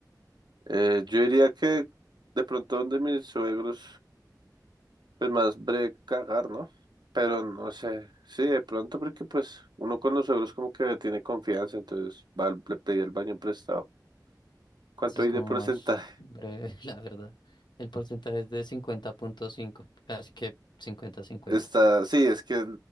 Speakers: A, on the right; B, on the left.
A: Eh, yo diría que de pronto donde mis suegros, pues más breve cagar, ¿no? Pero no sé, sí, de pronto porque pues uno con los suegros como que tiene confianza, entonces va, al- le pedí el baño prestado. ¿Cuánto
B: Sí, es
A: hay
B: como
A: de porcentaje?
B: más breve, <laughs> la verdad. El porcentaje es de cincuenta punto cinco casi que cincuenta
A: <laughs>
B: cincuenta
A: Está, sí, es que